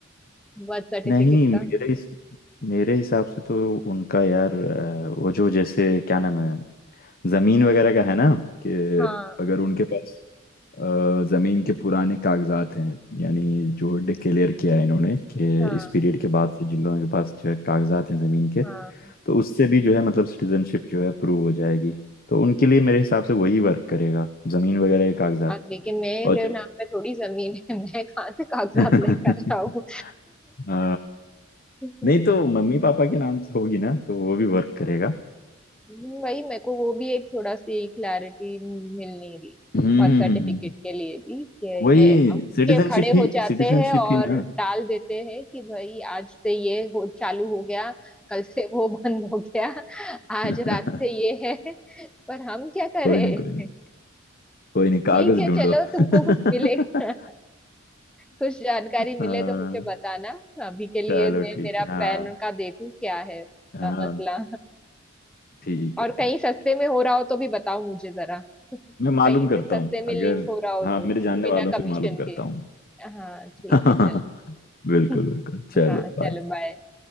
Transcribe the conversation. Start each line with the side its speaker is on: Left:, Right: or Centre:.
Centre: बर्थ सर्टिफिकेट
Left: नहीं मेरे
Centre: का
Left: हिस, मेरे हिसाब से तो उनका यार अ, वो जो जैसे क्या नाम है जमीन वगैरह का है ना कि
Centre: हाँ
Left: अगर उनके पास अ, जमीन के पुराने कागजात हैं यानी जो डिक्लेयर किया है इन्होंने कि
Centre: हाँ
Left: इस पीरियड के बाद से जिन लोगों के पास जो है कागजात हैं जमीन के
Centre: हाँ
Left: तो उससे भी जो है मतलब सिटीजनशिप जो है प्रूव हो जाएगी तो उनके लिए मेरे हिसाब से वही वर्क करेगा जमीन वगैरह के कागजात
Centre: और लेकिन मेरे
Left: और जो-
Centre: नाम पे थोड़ी जमीन है <laughs> मैं कहाँ से कागजात
Left: <laughs>
Centre: लेकर आऊँ
Left: अ,
Centre: <laughs>
Left: नहीं तो मम्मी पापा के नाम से होगी ना तो वो भी वर्क करेगा
Centre: हम्म, वही मेरे को वो भी एक थोड़ा सी क्लैरिटी मिल नहीं रही है
Left: हम्म हम्म,
Centre: बर्थ सर्टिफिकेट
Left: हम्म, हम्म।
Centre: के लिए भी कि
Left: वही
Centre: ये अब
Left: सिटीजनशिप
Centre: के खड़े
Left: ही
Centre: हो जाते
Left: सिटीजनशिप
Centre: हैं और
Left: ही ना
Centre: डाल देते हैं कि भाई आज से ये हो चालू हो गया कल से वो <laughs> बंद हो गया आज
Left: <laughs>
Centre: रात से ये है पर हम क्या करें
Left: कोई नहीं कोई नहीं कोई नहीं कागज
Centre: ठीक है
Left: ढूंढो
Centre: चलो
Left: <laughs>
Centre: तुमको कुछ मिलेगा कुछ जानकारी मिले
Left: हाँ
Centre: तो मुझे बताना अभी के लिए
Left: चलो
Centre: मैं
Left: ठीक
Centre: मेरा
Left: है हाँ
Centre: पैन का देखूं क्या है उसका
Left: हाँ
Centre: मसला
Left: ठीक
Centre: और
Left: है
Centre: कहीं
Left: ठीक
Centre: सस्ते
Left: है ठीक।
Centre: में हो रहा हो तो भी बताओ मुझे जरा <laughs> कहीं
Left: मैं मालूम करता
Centre: पे सस्ते
Left: हूँ
Centre: में
Left: अगर
Centre: लिंक हो रहा हो
Left: हाँ
Centre: तो
Left: मेरे जानने
Centre: बिना
Left: वालों
Centre: कमीशन
Left: से मालूम करता
Centre: के
Left: हूँ
Centre: हाँ ठीक
Left: <laughs>
Centre: है चलो
Left: बिल्कुल
Centre: <laughs>
Left: बिल्कुल चलो
Centre: हाँ चलो
Left: बाय
Centre: बाय